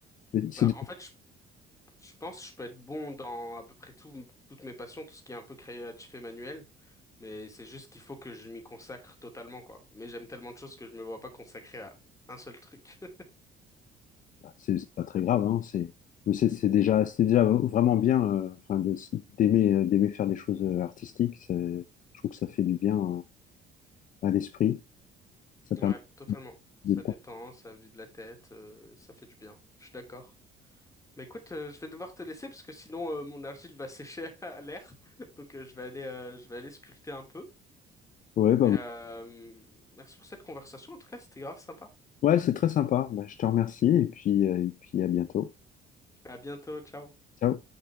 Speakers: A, on the left; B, on the left.
A: mais C'est
B: bah, en fait, je Je pense que je peux être bon dans à peu près tout, toutes mes passions, tout ce qui est un peu créatif et manuel, mais c'est juste qu'il faut que je m'y consacre totalement, quoi. Mais j'aime tellement de choses que je me vois pas consacrer à un seul truc. <laughs>
A: c'est- c'est pas très grave, hein. C'est, mais c'est c'est déjà, c'est déjà vraiment bien. euh, enfin, de- d'aimer, euh, d'aimer faire des choses euh, artistiques. c'est- Je trouve que ça fait du bien euh, à l'esprit. Ça permet
B: Ouais, totalement. Ça
A: de.
B: détend, ça vide la tête, euh, ça fait du bien. Je suis d'accord. Mais écoute, euh, je vais devoir te laisser parce que sinon euh, mon argile va sécher <laughs> à l'air. Donc euh, je vais aller, euh, je vais aller sculpter un peu.
A: Ouais, bah,
B: Et euh, merci pour cette conversation. En tout cas, c'était grave sympa.
A: ouais, c'est très sympa. Bah, je te remercie et puis, euh, et puis à bientôt.
B: À bientôt, ciao.
A: Ciao.